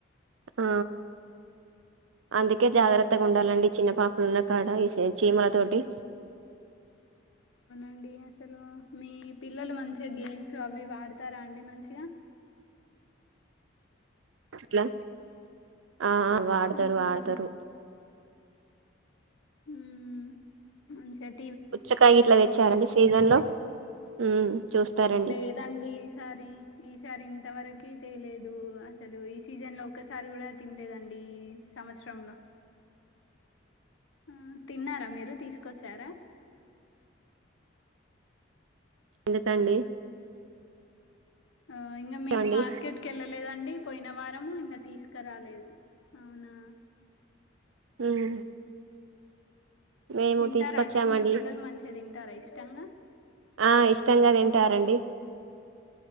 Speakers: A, on the right; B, on the left.
A: ఆ అందుకే జాగ్రత్తగా ఉండాలండి చిన్న పాపలు ఉన్న కాడ ఈ చీమల తోటి
B: అండి అసలు మీ పిల్లలు మంచిగా గేమ్స్ అవి వాడతారా అండి మంచిగా
A: ఎట్లా ఆ వాడతారు
B: మ్మ్
A: వాడతారు
B: మ్మ్ మనుషన్
A: హుచ్చకాయి గిట్ల తెచ్చారండి సీజన్ లో మ్మ్ చూస్తారండి
B: లేదండి ఈసారి ఈసారి ఇంతవరకయితే లేదు అసలు ఈ సీజన్ లో ఒక్కసారి కూడా తినలేదండి ఈ సంవత్సరంలో మ్మ్ తిన్నారా మీరు తీస్ కచారా
A: ఎందుకండి
B: ఆ ఇంకా మేం
A: అండి
B: మార్కెట్ కెళ్ళలేదండి పోయిన వారము ఇంక తీసుకురాలేదు అవునా
A: మ్మ్ మేము
B: తింటారా
A: తీసుకొచ్చామండి
B: అండి మీ పిల్లలు మంచిగా తింటారా ఇష్టంగా
A: ఆ ఇష్టంగా తింటారండి